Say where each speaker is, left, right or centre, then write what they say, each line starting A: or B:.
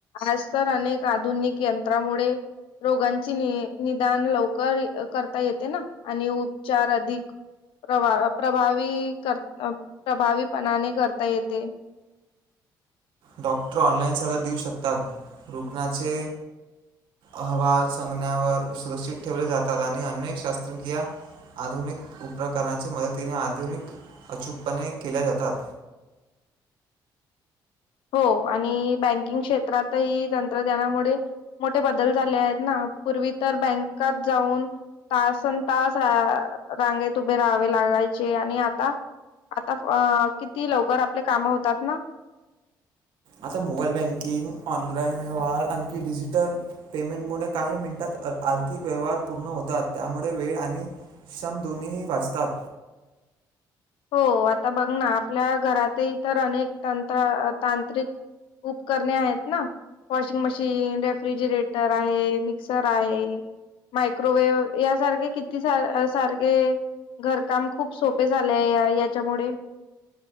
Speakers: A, on the left (about 80°); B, on the right (about 80°).
A: आज तर अनेक आधुनिक यंत्रामुळे रोगांची नि निदान लवकर करता येते, ना आणि उपचार अधिक प्रवा- प्रभावी कर प्र- प्रभावीपणाने करता येते.
B: डॉक्टर ऑनलाईन सल्ला देऊ शकतात. रुग्णाचे अहवाल संगण्यावर सुरक्षित ठेवले जातात आणि अनेक शस्त्रक्रिया आधुनिक उपकारांच्या मदतीने आधुनिक अचूकपणे केल्या जातात.
A: हो आणि बँकिंग क्षेत्रातही तंत्रज्ञानामुळे मोठे बदल झाले आहेत ना. पूर्वी तर बँकात जाऊन तासन तास रा आ रांगेत उभे राहावे लागायचे आणि आता आता किती लवकर आपले काम होतात ना.
B: आता मोबाईल बँकिंग, ऑनलाइन व्यवहार आणखी डिजिटल पेमेंटमुळे काही मिनिटात अ आर्थिक व्यवहार पूर्ण होतात. त्यामुळे वेळ आणि श्रम दोन्हीही वाचतात.
A: हो आता बघ ना, आपल्या घरातही ईतर अनेक तंत्र तांत्रिक उपकरणे आहेत ना. वॉशिंग मशीन, रेफ्रिजिरेटर आहे, मिक्सर आहे, मायक्रोवेव यासारखे किती सारे सारखे घरकाम खूप सोपे झाले. आपल्या या याच्यामुळे